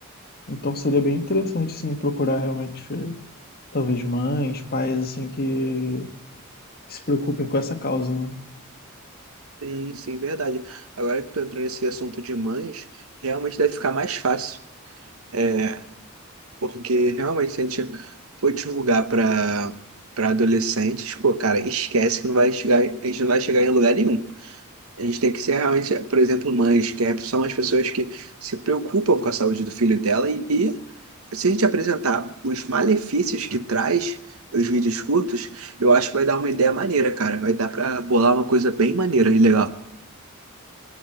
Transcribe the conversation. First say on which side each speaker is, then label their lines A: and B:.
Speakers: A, on the left (about 45°); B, on the right (about 75°).
A: Então seria bem interessante, assim, procurar realmente, eh, talvez mães, pais, assim, que, se preocupem com essa causa, né?
B: Sim, sim, verdade. Agora que tu entrou nesse assunto de mães, realmente deve ficar mais fácil. É, porque realmente se a gente for divulgar para para adolescentes, pô, cara, esquece que não vai chegar, a gente não vai chegar em lugar nenhum. A gente tem que ser realmente, por exemplo, mães, que é- são as pessoas que se preocupam com a saúde do filho dela e, e se a gente apresentar os malefícios que traz os vídeos curtos, eu acho que vai dar uma ideia maneira, cara. Vai dar pra bolar uma coisa bem maneira e legal.